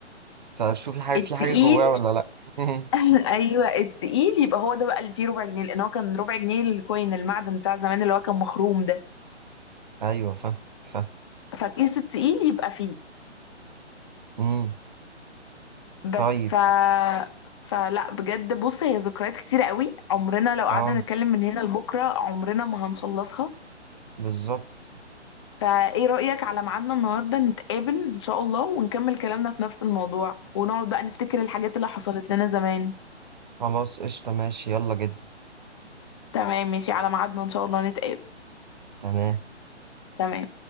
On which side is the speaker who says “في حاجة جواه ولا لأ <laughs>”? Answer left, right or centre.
Right